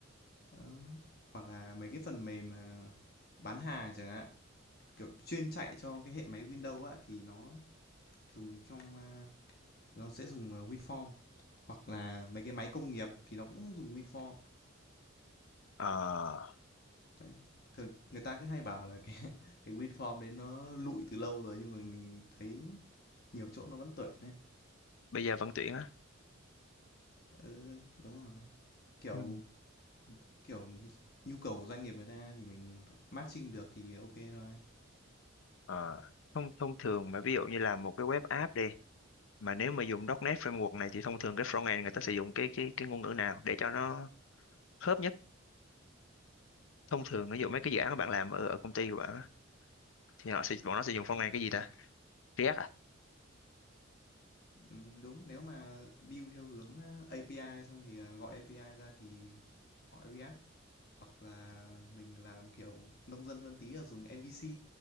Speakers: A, on the left; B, on the left.
A: Đó. Hoặc là mấy cái phần mềm à, bán hàng chẳng hạn, kiểu chuyên chạy cho cái hệ máy Windows á thì nó dùng trong à, nó sẽ dùng à, WinForm hoặc là mấy cái máy công nghiệp thì nó cũng dùng WinForm.
B: Ờ
A: Đấy. Thường người ta cứ hay bảo là cái <laughs> cái WinForm đấy nó lụi từ lâu rồi nhưng mà mình thấy nhiều chỗ nó vẫn tuổi này.
B: bây giờ vẫn tuyển á
A: Ừ, đúng rồi. Kiểu
B: ừ.
A: kiểu nhu cầu của doanh nghiệp người ta thì mình matching được thì ok thôi.
B: Ờ, thông thông thường mà ví dụ như là một cái web app đi mà nếu mà dùng .NET framework này thì thông thường cái frontend người ta sử dụng cái cái cái ngôn ngữ nào để cho nó khớp nhất thông thường
A: Code
B: ví dụ mấy cái
A: nhá.
B: dự án mà bạn làm ở, ở công ty của bạn á, thì họ sẽ bọn nó sẽ
A: Ờ.
B: dùng frontend cái gì ta React à,
A: Ừm, đúng, nếu mà build theo hướng ờ, API xong thì ờ, gọi API ra thì gọi React hoặc là mình làm kiểu nông dân hơn tí là dùng MVC